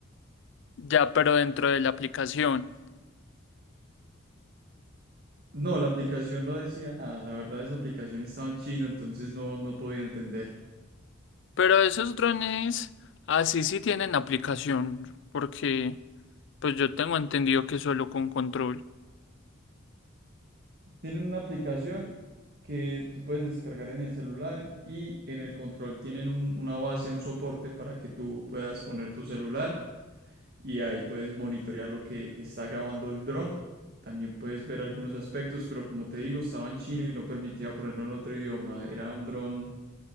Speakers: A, on the left (about 65°); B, on the right (about 50°).
A: Ya, pero dentro de la aplicación.
B: No, la aplicación no decía nada. La verdad, esa aplicación estaba en chino, entonces no, no podía entender.
A: Pero esos drones así sí sí tienen aplicación, porque pues yo tengo entendido que solo con control.
B: Tienen una aplicación que tú puedes descargar en el celular y en el control tienen un- una base, un soporte para que tú puedas poner tu celular y ahí puedes monitorear lo que está grabando el dron. También puedes ver algunos aspectos, pero como te digo, estaba en chino y no permitía ponerlo en otro idioma. Era un dron